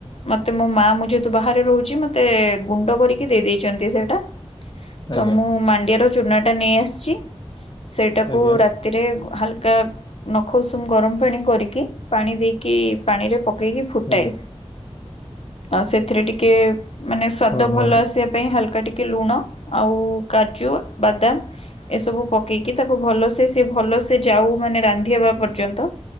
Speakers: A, on the left; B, on the left.
A: ମତେ ମୋ ମା ମୁଁ ଯେହେତୁ ବାହାରେ ରହୁଛି, ମତେ ମତେ ଗୁଣ୍ଡ କରିକି ଦେଇ ଦେଇେଇଛନ୍ତି ସେଇଟା। ତ
B: ଆଜ୍ଞା
A: ମୁଁ ମାଣ୍ଡିଆର ଚୁନା ଟା ନେଇ ଆସିଛି। ସେଇଟାକୁ
B: ଆଜ୍ଞା।
A: ରା ତିରେ ହାଲକା ନଖ ଉଷୁମ ଗରମ ପାଣି କରିକି, ପାଣି ଦେଇକି ପାଣିରେ ପକେଇକି ଫୁଟାଏ।
B: ଆଜ୍ଞା
A: ଆଉ ସେଥିରେ ଟିକେ ମାନେ ସ୍ଵାଦ
B: ଓହୋ
A: ଭଲ ଆସିବା ପାଇଁ ହାଲକା ଟିକେ ଲୁଣ, ଆଉ କାଜୁ, ବାଦାମ, ଏସବୁ ପକେଇକି ତାକୁ ଭଲସେ ସିଏ ଭଲ ସେେ ଯାଉ ମାନେ ରାନ୍ଧି ହେବା ପର୍ଯ୍ୟନ୍ତ